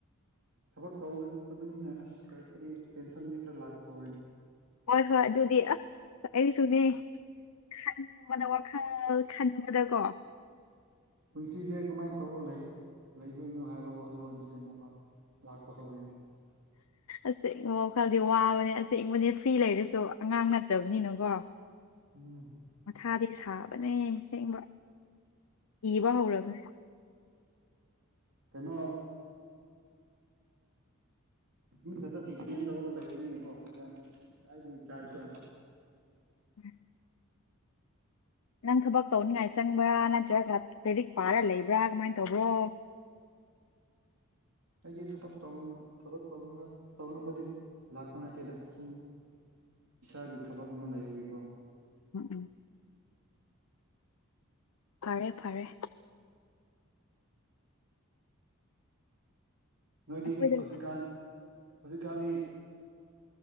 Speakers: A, on the right; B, on the left.
A: ꯊꯕꯛ ꯇꯧꯗꯕꯅꯤꯅ ꯑꯁ ꯀꯔꯤ ꯀꯔꯤ ꯇꯦꯟꯁꯟꯗꯤ ꯈꯔ ꯂꯥꯛꯄ ꯍꯧꯔꯅꯤ
B: ꯍꯣꯏ ꯍꯣꯏ ꯑꯗꯨꯗꯤ ꯑꯁ ꯑꯩꯁꯨꯅꯦ ꯈꯟꯕꯗ ꯋꯥꯈꯜ ꯈꯟꯕꯗꯀꯣ
A: ꯄꯨꯟꯁꯤꯖꯦ ꯀꯃꯥꯏ ꯇꯧꯔ ꯂꯩ ꯂꯩꯗꯣꯏꯅꯣ ꯍꯥꯏꯕ ꯋꯥꯈꯜꯂꯣꯟꯁꯦ ꯑꯃꯨꯛꯀ ꯂꯥꯛꯄ ꯍꯧꯔꯤꯅꯤ
B: ꯑꯁꯦꯡꯕ ꯋꯥꯈꯜꯗꯤ ꯋꯥꯕꯅꯦ ꯑꯁꯦꯡꯕꯅꯦ ꯐ꯭ꯔꯤ ꯂꯩꯔꯁꯨ ꯑꯉꯥꯡ ꯅꯠꯇꯕꯅꯤꯅꯀꯣ
A: ꯎꯝ
B: ꯃꯊꯥꯗꯤ ꯁꯥꯕ ꯅꯦ ꯁꯦꯡꯕ ꯏꯕ ꯍꯧꯔꯕꯅꯦ
A: ꯀꯩꯅꯣ <unintelligible> ꯇꯧꯔꯒ ꯂꯩꯕꯅꯤꯅꯀꯣ <unintelligible> ꯇꯥꯔꯖꯥꯟ
B: <unintelligible> ꯅꯪ ꯊꯕꯛ ꯇꯧꯅꯤꯡꯉꯥꯏ ꯆꯪꯕ꯭ꯔꯥ ꯅꯠꯇ꯭ꯔꯒ ꯂꯥꯏꯔꯤꯛ ꯄꯥꯔ ꯂꯩꯕ꯭ꯔꯥ ꯀꯃꯥꯏ ꯇꯧꯕ꯭ꯔꯣ
A: ꯑꯩꯗꯤ ꯊꯕꯛ ꯊꯕꯛ ꯇꯧꯅꯕ ꯇꯧꯅꯕꯗꯤ ꯂꯥꯛꯄ ꯅꯠꯇꯦꯗ ꯁꯨꯝ ꯏꯁꯥꯒꯤ ꯊꯕꯛ ꯑꯃ ꯂꯩꯕꯒꯤꯀꯣ
B: ꯎꯝ ꯎꯝ ꯐꯔꯦ ꯐꯔꯦ
A: ꯅꯣꯏꯗꯤ
B: ꯑꯩꯈꯣꯏꯗ
A: ꯍꯧꯖꯤꯛꯀꯥꯟ ꯍꯧꯖꯤꯛꯀꯥꯜꯒꯤ